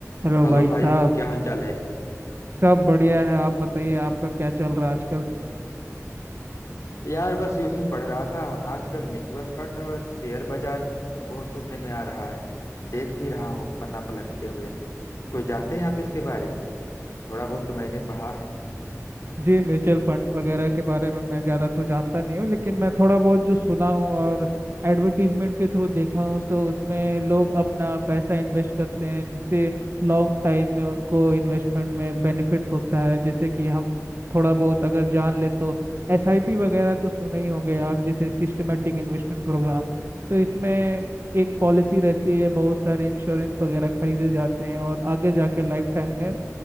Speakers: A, on the right; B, on the left.
A: Hello
B: Hello
A: भाई
B: भाई
A: साहब
B: क्या हाल चाल है
A: सब बढ़िया है आप बताइए आपका क्या चल रहा है आजकल
B: यार बस यूं ही पढ़ रहा था आजकल म्यूचुअल फंड और शेयर बाजार बहुत सुनने में आ रहा है देख भी रहा हूँ पन्ना पलटते हुए कुछ जानते हैं आप इसके बारे में थोड़ा बहुत तो मैंने पढ़ा है
A: जी म्यूचुअल फंड वगैरह के बारे में मैं ज़्यादा तो जानता नहीं हूँ लेकिन मैं थोड़ा बहुत जो सुना हूँ और एडवर्टीजमेंट के थ्रू देखा हूँ तो उसमें लोग अपना पैसा इन्वेस्ट करते हैं जिससे लॉन्ग टाइम में उनको इन्वेस्टमेंट में बेनिफिट्स होता है जैसे कि हम थोड़ा बहुत अगर जान ले तो एसआईपी वगैरह तो सुने ही होंगे आप जैसे सिस्टमेटिक इन्वेस्टमेंट प्रोग्राम तो इसमें एक पॉलिसी रहती है बहुत सारे इंश्योरेंस वगैरह खरीदे जाते हैं और आगे जाके लाइफ टाइम में